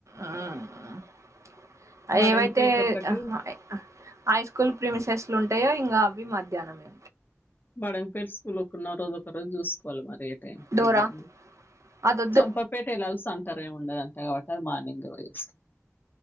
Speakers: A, on the right (about 75°); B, on the left (about 40°).
A: ఆ
B: బడంగపేట్
A: ఏవైతే
B: ఒకటి
A: ఆహా హ హై స్కూల్ ప్రిమి సెస్లు ఉంటాయో ఇంకా అవి మధ్యాహ్నమే
B: బడం పెట్ స్కూల్ ఒన్న రోజు ఒక రోజు చూసుకోవాలి మరి కె
A: డోరా
B: ఎగ్జా
A: అదొద్దు
B: చంపపేట వెళ్లాల్సి అంన్ ఇర ఏమి ఉండదంటే కాబట్టి అ మార్నింగ్ పోయి వస్తా